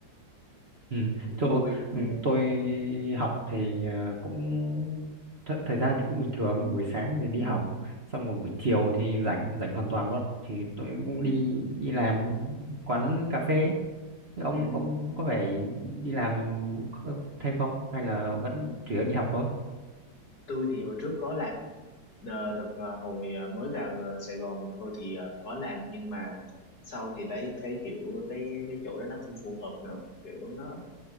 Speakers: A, on the right (about 40°); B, on the left (about 55°).
A: ừ.
B: cũng
A: Chỗ,
B: vui
A: ừ, tôi học thì ờ, cũng th thời gian thì cũng bình thường buổi sáng thì đi
B: Ừ.
A: học xong rồi buổi chiều thì rảnh rảnh hoàn toàn luôn thì tôi cũng
B: Ừ.
A: đi đi làm quán cà phê Thế ông
B: Ừ.
A: ông có phải đi làm kh- thêm không hay là vẫn chủ yếu đi học thôi
B: Tôi thì hồi trước có làm Ờ, đợt ờ, hồi ờ, mới vào ờ, Sài Gòn thôi thì ờ, có làm nhưng mà sau thì lấy cái kiểu cái cái chỗ đó nó không phù hợp nữa kiểu nó